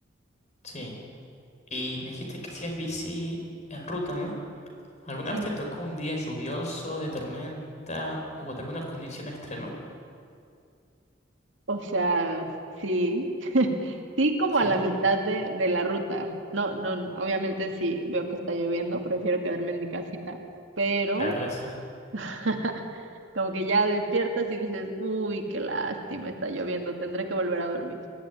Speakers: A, on the left (about 40°); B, on the right (about 80°).
A: Sí. Y me dijiste que hacías bici en ruta, ¿no? ¿Alguna
B: Sí.
A: vez te tocó un día lluvioso, de tormenta o de alguna condición extrema?
B: O sea, sí, <laughs> sí como
A: Sí,
B: a la mitad de, de la ruta. No, no, obviamente si veo que está lloviendo, prefiero quedarme en mi casita, pero
A: claro, eso. <laughs>
B: <laughs> Como que ya despiertas y dices, uy, qué lástima, está lloviendo, tendré que volver a dormir.